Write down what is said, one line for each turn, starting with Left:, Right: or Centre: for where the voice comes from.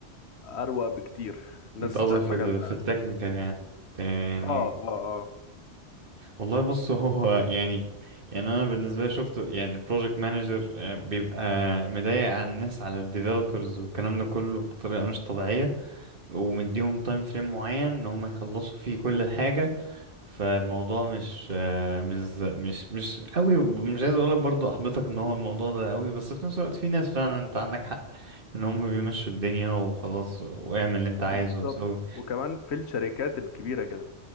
Left: اروق بكتير الناس
Right: انت قصدك
Left: بتاعت
Right: في
Left: مجالنا
Right: ال- في التكنيكال يعني ت- يعني
Left: اه اه اه
Right: والله بص هو يعني يعني انا بالنسبه لي شفت يعني بروجكت مانجر بيبقى مضايق على الناس على الديفلوبرز والكلام ده كله بطريقه مش طبيعيه ومديهم تايم فريم معين ان هم يخلصوا فيه كل حاجه فالموضوع مش آه، مش مش مش قوي مش عايز اقولك برضو احبطك ان هو الموضوع ده قوي بس في نفس الوقت في ناس فعلا انت عندك حق ان هم بيمشوا الدنيا وخلاص واعمل اللي انت
Left: بالظبط
Right: عايزه وسوي
Left: وكمان في الشركات الكبيره كده